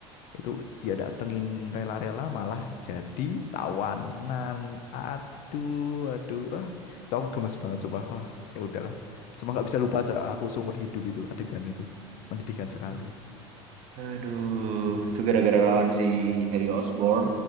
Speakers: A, on the left; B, on the right.
A: itu dia datengin rela-rela malah jadi tawanan aduh aduh ah itu aku gemes banget sumpah wah ya udahlah sumpah nggak bisa lupa Cak. aku seumur hidup itu adegan itu menyedihkan sekali
B: aduh itu gara-gara lawan si Harry Osborn